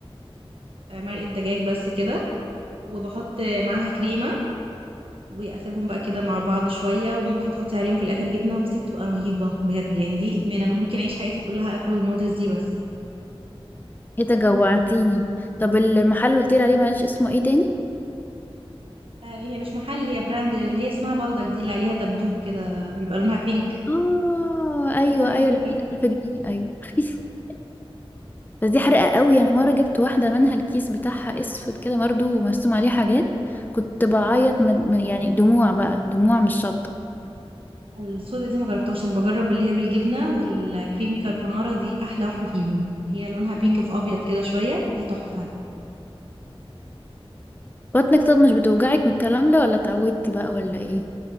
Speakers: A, on the right; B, on the left.
A: آه، مرقه دجاج بس كده وبحط معاها كريمه واسيبهم بقى كده مع بعض شويه وممكن تحطي عليهم في الاخر جبنه بصي بتبقى رهيبه بجد يعني دي ادمان انا ممكن اعيش حياتي كلها اكل النودلز دي بس
B: ايه ده جوعتيني طب المحل اللي قلت عليه معلش اسمه ايه تاني
A: آه، هي مش محل هي براند اللي هي اسمها بلدك دي اللي عليها دبدوب كده بيبقى لونها بينك
B: اه
A: هي
B: ايوه
A: بعملها
B: ايوه
A: في
B: ل
A: البيت
B: 100000 جنيه ايوه <laughs> بس دي حرقة قوي انا مرة جبت واحدة منها الكيس بتاعها اسود كده برضه ومرسوم عليه حاجات كنت بعيط من من- يعني دموع بقى دموع مش شطة
A: السودة دي ما جربتهاش انا بجرب اللي هي بالجبنه والكريمي كاربونارا دي احلى واحده فيهم اللي هي لونها بينك
B: مم.
A: في ابيض كده شويه دي تحفه
B: بطنك طب مش بتوجعك من الكلام ده ولا اتعودتي بقى ولا ايه